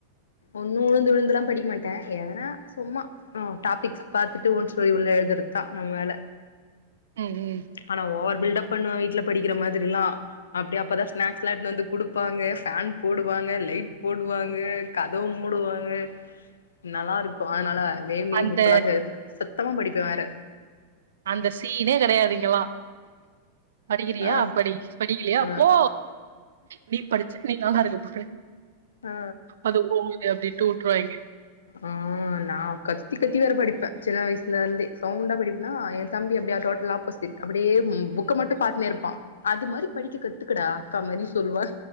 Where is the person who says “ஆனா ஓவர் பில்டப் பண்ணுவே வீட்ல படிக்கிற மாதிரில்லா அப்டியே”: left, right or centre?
Left